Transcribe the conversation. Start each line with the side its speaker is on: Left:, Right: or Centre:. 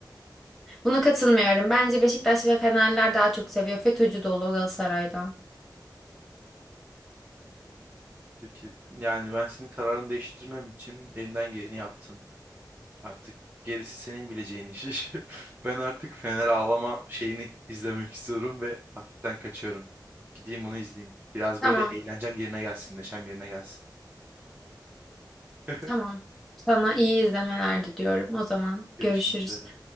Centre: Buna katılmıyorum. Bence Beşiktaş ve Fenerler daha çok seviyor. FETÖ'cü dolu Galatasaray'da.
Right: Peki yani ben senin kararını değiştirmem için elimden geleni yaptım. Artık gerisi senin bileceğin iş. <laughs> Ben artık Fener ağlama şeyini izlemek istiyorum ve hafiften kaçıyorum. Gideyim onu izleyeyim. Biraz
Centre: Tamam.
Right: böyle eğlencem yerine gelsin, neşem yerine gelsin. <laughs>
Centre: Tamam. Sana iyi izlemeler diliyorum. O zaman
Right: Görüşmek
Centre: görüşürüz.
Right: üzere.